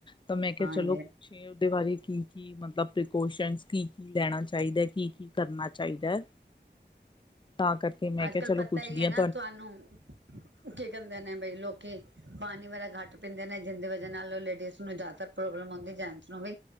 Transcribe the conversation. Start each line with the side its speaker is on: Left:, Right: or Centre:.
Left: ਤਾਂ ਮੈਂ ਕਿਹਾ,
Right: ਹਾਂਜੀ
Left: ਚਲੋ ਪੁੱਛੇ ਉਹਦੇ ਬਾਰੇ ਕੀ ਕੀ ਮਤਲਬ ਪ੍ਰੀਕੋਸ਼ਨ ਕੀ ਕੀ ਲੈਣਾ ਚਾਹੀਦਾ ਹੈ। ਕੀ ਕੀ ਕਰਨਾ ਚਾਹੀਦੈ। ਤਾਂ ਕਰਕੇ ਮੈਂ
Right: ਅੱਜ
Left: ਕਿਹਾ
Right: ਕੱਲ
Left: ਚਲੋ
Right: ਪਤਾ
Left: ਪੁੱਛਦੀ
Right: ਹੀ ਹੈ
Left: ਹਾਂ।
Right: ਨਾ ਤੁਹਾਨੂੰ, ਕੀ ਕਹਿੰਦੇ ਨੇ ਬਈ ਲੋਕ ਕਿ ਪਾਣੀ ਵਗੈਰਹਿ ਘੱਟ ਪੀਂਦੇ ਨੇ, ਜਿੰਦੇ ਵਜੇ ਨਾਲ ਲੇਡੀਜ਼ ਨੂੰ ਜ਼ਿਆਦਾ ਪ੍ਰੋਬਲਮ ਹੋਂਦੀ ਏ ਜੈਂਟਸ ਨੂੰ ਵੀ।